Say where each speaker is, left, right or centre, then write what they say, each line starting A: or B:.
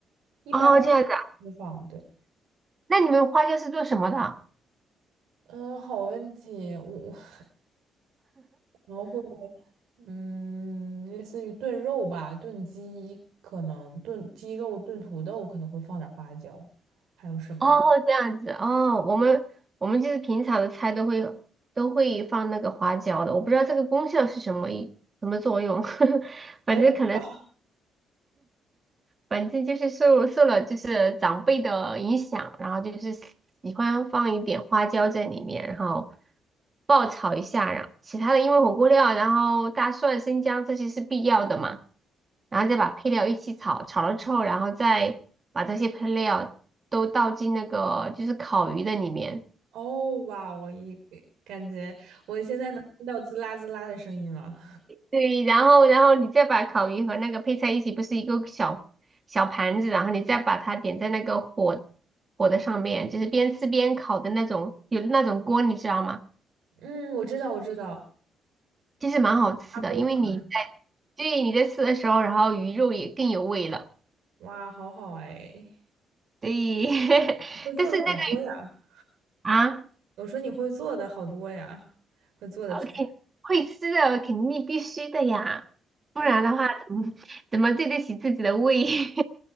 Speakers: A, on the right (about 80°); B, on the right (about 30°).
A: 一般
B: 哦，这样子啊。
A: 不放。对，
B: 那你们花椒是做什么的？
A: 嗯、好问题，我 <laughs> 然后会，嗯，类似于炖肉吧，炖鸡可能炖鸡肉、炖土豆可能会放点花椒，还有什么呢？
B: 哦，这样子哦。我们我们就是平常的菜都会都会放那个花椒的，我不知道这个功效是什么一什么作用，<laughs>
A: <laughs>
B: 反正可能。
A: 我也不知道
B: 反正就是受受了就是长辈的影响，然后就是喜欢放一点花椒在里面，然后爆炒一下，然后其他的因为火锅料，然后大蒜、生姜这些是必要的嘛，然后再把配料一起炒，炒了之后，然后再把这些配料都倒进那个就是烤鱼的里面。
A: 哦，哇，我一感觉我现在能听到滋啦滋啦的声音了。
B: 对，然后然后你再把烤鱼和那个配菜一起，不是一个小小盘子，然后你再把它点在那个火火的上面，就是边吃边烤的那种，有那种锅，你知道吗？
A: <laughs> 嗯，我知道，我知道，
B: 其实蛮好吃的，
A: 砂锅嘛，
B: 因为你在对你在吃的时候，然后鱼肉也更有味了。
A: 哇，好好哎，
B: 对，<laughs>
A: 你会做的好多呀。
B: 但是那个啊
A: 我说你会做的好多呀，会做的菜。
B: ，OK，会吃的肯定必须的呀，不然的话怎么怎么对得起自己的胃？
A: 嗯。
B: <laughs>